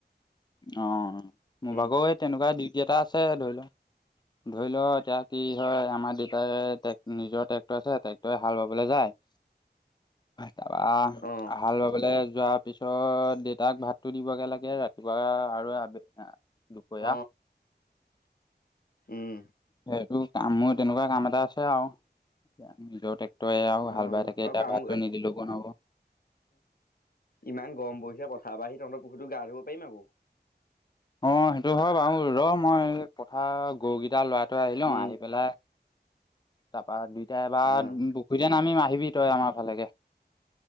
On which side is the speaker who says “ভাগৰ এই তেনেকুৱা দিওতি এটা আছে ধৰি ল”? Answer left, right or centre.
Left